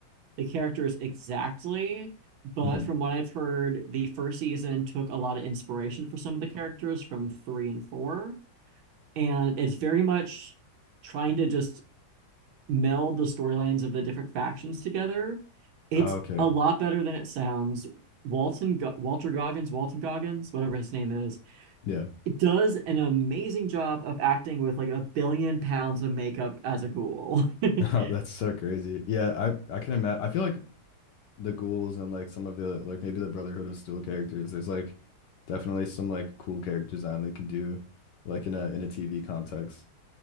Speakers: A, on the right; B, on the left.
A: the characters exactly, but
B: Mhm.
A: from what I've heard, the first season took a lot of inspiration for some of the characters from three and four. And it's very much trying to just meld the storylines of the different factions together. It's
B: Oh, okay.
A: a lot better than it sounds. Walton Go- Walter Goggins, Walton Goggins, whatever his name is,
B: Yeah.
A: it does an amazing job of acting with like a billion pounds of makeup as a ghoul.
B: <laughs> That's
A: <laughs>
B: so crazy. Yeah, I I can imagine. I feel like the ghouls and like some of the like maybe the Brotherhood of Steel characters. There's like definitely some like cool character design they could do like in a in a TV context.